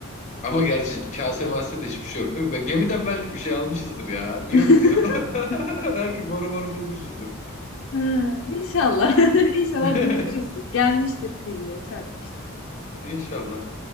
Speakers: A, on the left; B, on the left.
A: Ama gerçi kase mase de hiçbir şey yok değil mi? Be- Gemiden belki bir şey almışızdır ya. Niye
B: <laughs>
A: öyle diyorsun? <laughs> Belki boru boru bulmuşuzdur.
B: Ha, İnşallah. <laughs> İnşallah
A: <laughs>
B: bulmuşuzdur. Gelmiştir kıyıya, çarpmıştır.
A: İnşallah.